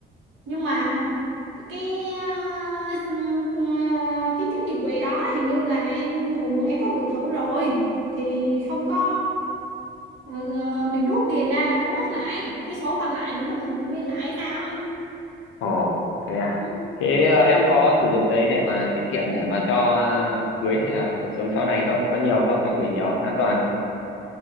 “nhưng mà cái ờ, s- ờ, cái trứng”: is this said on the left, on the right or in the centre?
Right